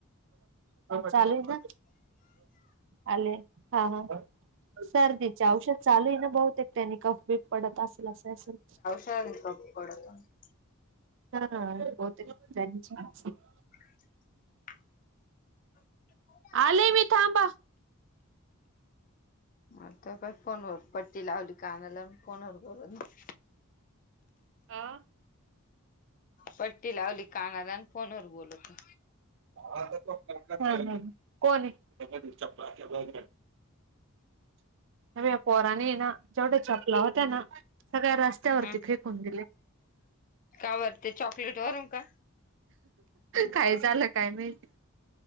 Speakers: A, on the right; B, on the left.
A: चालू आहे ना. आले हा हा. सर्दीचे औषध चालू आहे ना, बहुतेक त्यांनी कफ बीफ पडत असल असं असेल.
B: त्यांनी कप पडत असे <unintelligible>
A: हा बहुतेक <unintelligible>
B: <inaudible> <unintelligible>
A: आले मी थांबा.
B: आता प फोनवर पट्टी लावली, कानाला फोनवर बोलत.
A: आ..
B: पट्टी लावली कानाला अन, फोनवर बोलत.
A: ह.. ह.. कोण ये. अबे या पोराने ना जेवढ्या चपलं होत्या ना, सगळ्या रस्त्यावरती
B: हम्म
A: फेकून दिले.
B: का वर ते चॉकलेट वरून का?
A: काय झालं, काय माहित.